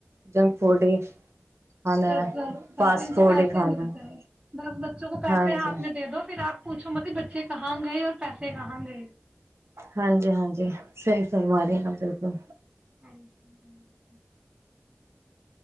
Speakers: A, on the right; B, on the right.
A: جنک فوڈ ہی کھانا
B: دس
A: ہے
B: بس بس
A: فاسٹ
B: ان کو
A: فوڈ
B: پیسے
A: ہی کھانا
B: ملتے
A: ہے۔
B: ہیں دس بچوں کو پیسے
A: ہاں
B: ہیں
A: جی
B: آپ نے دے دو پھر آپ پوھو متی بچے کہاں گئے اور پیسے کہاں گ
A: ہاں جی ہاں جی صحی بماری ن بالکل
B: <inaudible>